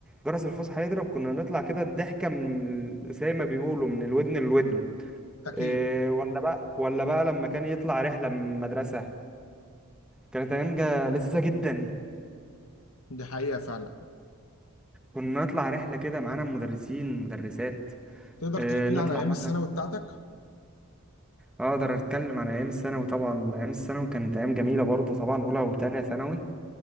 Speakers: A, in the centre; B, on the left (about 75°).
A: جرس الفسحة يضرب كنا نطلع كده الضحكة من ال- زي ما بيقولوا من الودن للودن
B: أكيد
A: إيه ولا بقى ولا بقى لما كان يطلع رحلة من المدرسة كانت أيام جا- لذيذة جدا
B: دي حقيقة فعلا
A: كنا نطلع رحلة كده معانا مدرسين مدرسات
B: تقدر
A: إيه
B: تحكي
A: نطلع
B: لي عن أيام
A: مثلا
B: الثانوي بتاعتك؟
A: أقدر أتكلم عن أيام الثانوي طبعا أيام الثانوي كانت أيام جميلة برضو طبعا أولى وتانية ثانوي